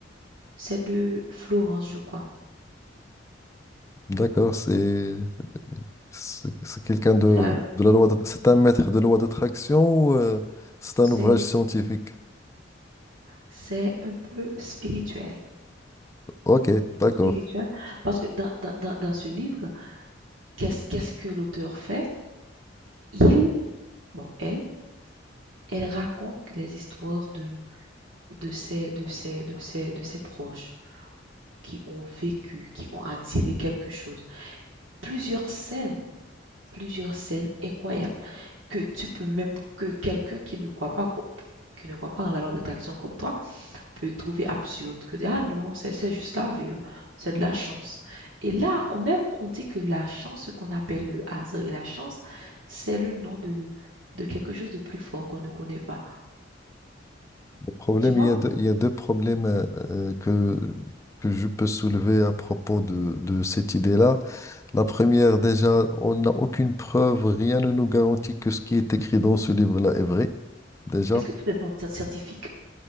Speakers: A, on the right (about 85°); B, on the left (about 15°).
A: C'est de Florence, je crois.
B: D'accord, c'est c'est c'est quelqu'un de,
A: ça,
B: de la loi, de- c'est un maître de loi d'attraction ou euh, c'est un
A: C'est,
B: ouvrage scientifique?
A: c'est un peu spirituel,
B: Ok, d'accord.
A: spirituel, parce que dans, dans, dans, dans ce livre, qu'est-ce, qu'est-ce que l'auteur fait? Il, bon, elle, Elle raconte les histoires de de ses de ses de ses de ses proches qui ont vécu, qui ont attiré quelque chose. Plusieurs scènes, plusieurs scènes incroyables que tu peux même que quelqu'un qui ne croit pas qui ne croit pas en la loi d'attraction comme toi peut trouver absurde que dire, ah non c'est c'est juste la vie hein, c'est de la chance et là on même on dit que la chance ce qu'on appelle le hasard et la chance c'est le nom de de quelque chose de plus fort qu'on ne connaît pas
B: Le problème,
A: tu vois
B: il y a deux, il y a deux problèmes euh, euh, que, que je peux soulever à propos de, de cette idée-là. La première, déjà, on n'a aucune preuve, rien ne nous garantit que ce qui est écrit dans ce livre-là est vrai. Déjà.
A: Est-ce que tout est en scientifique?